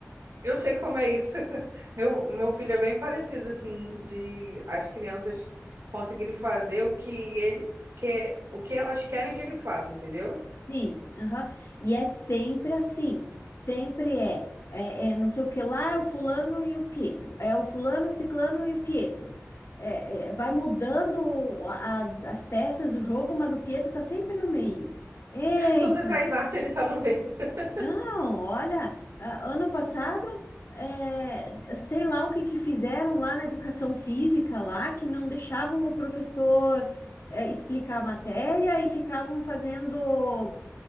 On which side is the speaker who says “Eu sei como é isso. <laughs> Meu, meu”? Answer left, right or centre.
Right